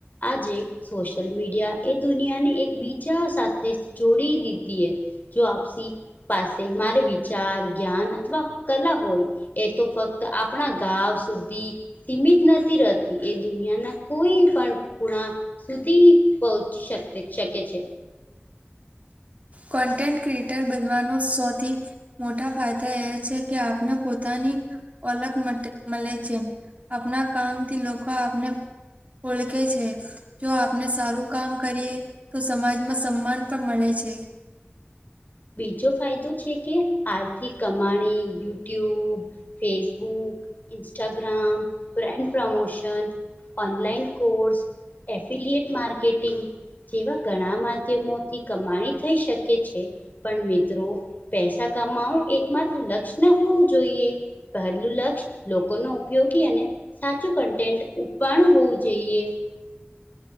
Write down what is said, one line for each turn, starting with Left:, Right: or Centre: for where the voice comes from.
Left: આજે સોશિયલ મીડિયા એ દુનિયાને એક બીજા સાથે જોડી દીધી એ જો આપસી પાસે મારે વિચાર, જ્ઞાન અથવા કલા હોય એ તો ફક્ત આપણા ગાવ સુધી સીમિત નથી રહેતી એ દુનિયાના કોઈ પણ ખૂણા સુધી પહોંચી શક શકે છે.
Right: કોન્ટેન્ટ ક્રિએટર બનવાનું સૌથી મોટા ફાયદા એ છે, કે આપને પોતાની ઓલગ મ મળે છે. આપના કામથી લોકો આપને ઓલખે છે. જો આપને સારું કામ કરીએ તો સમાજમાં સન્માન પણ મલે છે.
Left: બીજો ફાયદો છે, કે આર્થિક કમાણી YouTube Facebook, Instagram brand and promotion online course affiliate marketing જેવા ઘણા માધ્યમોથી કમાણી થઈ શકે છે. પણ મિત્રો પૈસા કમાવો એક માત્ર લક્ષ્ય ન હોવું જોઈએ પહેલું લક્ષ્ય લોકોનુ ઉપયોગી અને સાચું કન્ટેન્ટ ઉપવાનું હોવું જોઈએ.